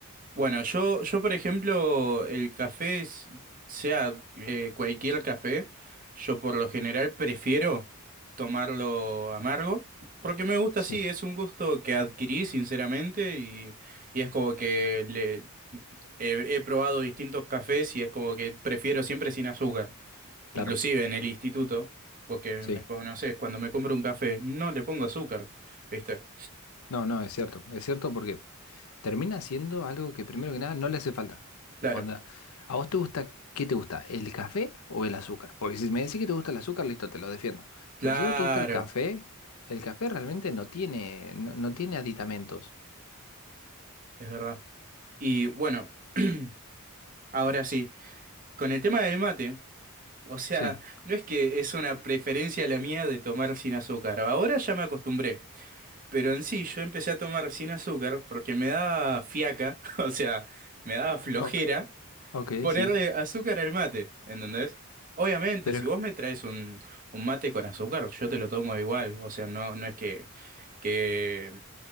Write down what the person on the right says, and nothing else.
Bueno, yo, yo por ejemplo, el café, es- sea eh, cualquier café, yo por lo general prefiero tomarlo amargo, porque me gusta
así, es un gusto que adquirí sinceramente y, y es como que le, he he probado distintos cafés y es como que prefiero siempre sin azúcar,
inclusive en el instituto, porque me
conoces, cuando me compro un café no le pongo azúcar, ¿viste?
Claro,
claro,
es verdad. Y bueno. <clears throat> Ahora sí, con el tema del mate, o sea,
no es que es una preferencia la mía de tomar sin azúcar, ahora ya me acostumbré, pero en sí yo empecé a tomar sin azúcar porque me daba fiaca, <laughs> o sea, me daba flojera
ponerle
azúcar al mate, ¿entendés? Obviamente,
si
vos me traes un, un mate con azúcar, yo te lo tomo igual, o sea, no, no es que, que